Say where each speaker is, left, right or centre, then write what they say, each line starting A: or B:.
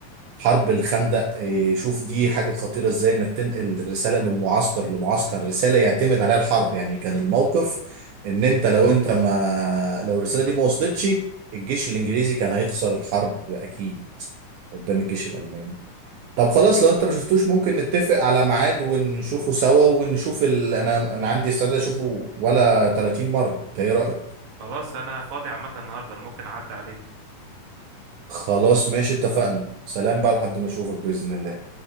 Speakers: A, on the right; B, on the right.
A: حرب الخندق إيه، شوف دي حاجة خطيرة ازاي انك تنقل رسالة من معسكر لمعسكر رسالة يعتمد عليها الحرب يعني كان الموقف ان انت لو انت ما لو الرسالة دي ما وصلتش الجيش الانجليزي كان هيخسر الحرب اكيد قدام الجيش الالماني طب خلاص لو انت ما شفتوش ممكن نتفق على ميعاد ونشوفه سوا ونشوف ال... انا انا عندي استعداد اشوفه ولا 30 مرة انت ايه رأيك
B: خلاص انا فاضي عامه النهارده أنا ممكن اعدي عليك
A: خلاص ماشي اتفقنا سلام بقى لحد ما اشوفك بإذن الله